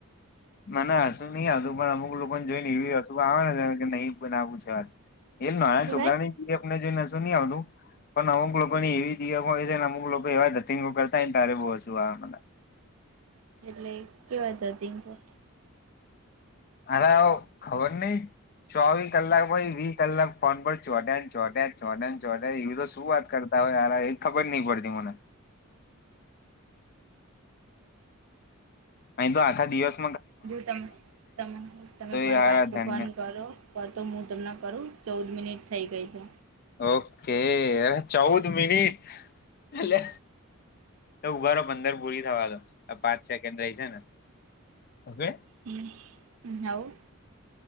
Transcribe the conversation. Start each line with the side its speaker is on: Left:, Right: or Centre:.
Left: મને હશું નહી આવતું પણ અમુક લોકોને જોઈ ને એવી હસું આવે ને કે નહી બનાવું <unintelligible> એ નાયા
Right: શું
Left: છોકરાની
Right: થાય
Left: જીએફ ને જોઈન હસું નહી આવતું પણ અમુક લોકો ની એવી જી એફ હોય છે ને અમુક લોકો એવા દતીંગ કરતાયને ત્યારે બહુ હશું આવે મને
Right: એટલે કેવા ધતિંગા
Left: હરાવો ખબર નઈ ચોવીસ કલાક પાઈ વી કલાક ફોન પર ચોઢ્યાને ચોઢ્યા ચોઢ્યાને ચોઢ્યા એવી તો શું વાત કર કરતા હોય હરાવો એજ ખબર નહ પડતી મને નહી તો આખા દિવસ
Right: જો તમે તમે પણ તમે
Left: તો યાર
Right: પણ પાછો
Left: ધન્ય
Right: ફન કરો. કટ મ્યૂટ ના કરું ચૌદ મિનિટ થઇ ગઈ છે
Left: ઓકે એલા ચૌદ મિનિટ લે. તો ઉભારો પંદર પૂરી થવા દો આ પાંચ સેકન્ડ રહી છે ને અવે
Right: હમ, <inaudible>